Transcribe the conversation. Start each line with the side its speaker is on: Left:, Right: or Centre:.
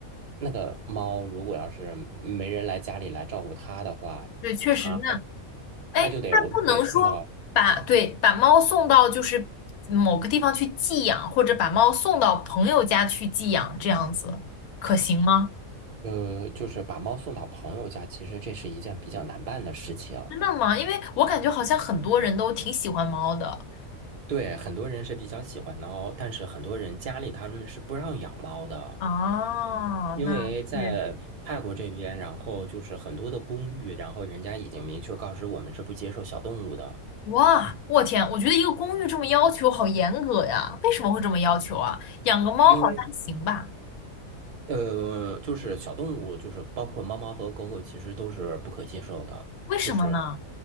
Right: 那个猫，如果要是没人来家里来照顾它的话，
Left: 对，确实那，
Right: 它
Left: 哎，
Right: 它就得，
Left: 那不能说把对把猫送到就是某个地方去寄养，
Right: 我就得送到，
Left: 或者把猫送到朋友家去寄养，这样子可行吗？
Right: 呃，就是把猫送到朋友家，其实这是一件比较难办的事情。
Left: 真的吗？因为我感觉好像很多人都挺喜欢猫的。
Right: 对，很多人是比较喜欢猫，但是很多人家里他们是不让养猫的。
Left: 啊，
Right: 因为在泰国这边，
Left: 那确实。
Right: 然后就是很多的公寓，然后人家已经明确告知我们是不接受小动物的，
Left: 哇，我天，我觉得一个公寓这么要求好严格呀，为什么会这么要求啊？养个猫好像还行吧？
Right: 因为呃，就是小动物，就是包括猫猫和狗狗，其实都是不可接受的。
Left: 为什么呢？
Right: 就是